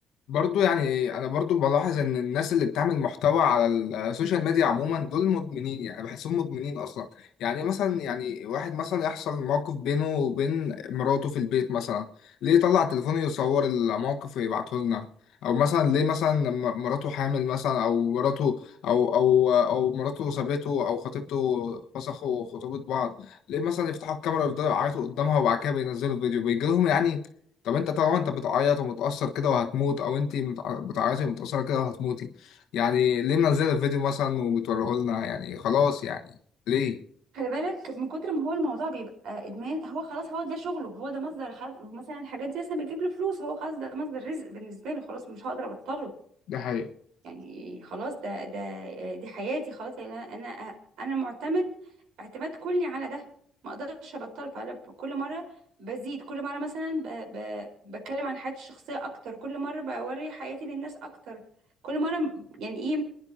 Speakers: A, on the left; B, on the right.
A: برضو يعني انا برضو بلاحظ ان الناس اللي بتعمل محتوى على السوشيال ميديا عموما دول مدمنين يعني بحسهم مدمنين اصلا يعني مثلا يعني واحد مثلا يحصل موقف بينه وبين مراته في البيت مثلا ليه يطلع تليفونه يصور الموقف ويبعته لنا او مثلا ليه مثلا لما مراته حامل مثلا او مراته او او او مراته سابته او خطيبته فسخوا خطوبة بعض ليه مثلا يفتحوا الكاميرا ويفضلوا يعيطوا قدامها وبعد كده بينزلوا فيديو بيجي لهم يعني طب انت طبعا انت بتعيط ومتأثر كده وهتموت او انت متع- بتعيطي ومتأثرة كده وهتموتي يعني ليه منزله الفيديو مثلا وبتوريه لنا يعني خلاص يعني ليه
B: خلي بالك من كتر ما هو الموضوع بيبقى ادمان هو خلاص هو ده شغله هو ده مصدر حز... مثلا الحاجات دي مثلا بتجيب له فلوس هو خلاص ده مصدر رزق بالنسبه له خلاص مش هقدر ابطله
A: ده حقيقة
B: يعني خلاص ده ده دي حياتي خلاص يعني انا انا انا معتمد اعتماد كلي على ده ما اقدرش ابطله فانا ب- كل مره بزيد كل مره مثلا ب... ب... بتكلم عن حياتي الشخصيه اكتر كل مره بوري حياتي للناس اكتر كل مره يعني ايه